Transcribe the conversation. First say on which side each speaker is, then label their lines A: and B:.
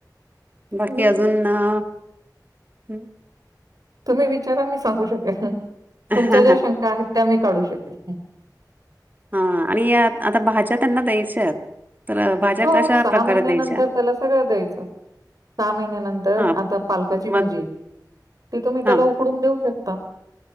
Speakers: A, on the right; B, on the right.
A: बाकी
B: आणि
A: अजून हम्म
B: तुम्ही विचारा मी सांगू शकेन,
A: ह
B: तुमच्या ज्या शंका आहेत त्या मी काढू शकेन.
A: हां आणि आता भाज्या त्यांना द्यायच्यात. तर भाज्या
B: हो
A: कशा
B: सहा
A: प्रकारे
B: महिन्यानंतर
A: द्यायच्या
B: त्याला सगळं द्यायचं सहा महिन्यानंतर
A: हा
B: आता पालकाची
A: मग
B: भाजी ती तुम्ही
A: हा
B: त्याला उकडून देऊ शक ता.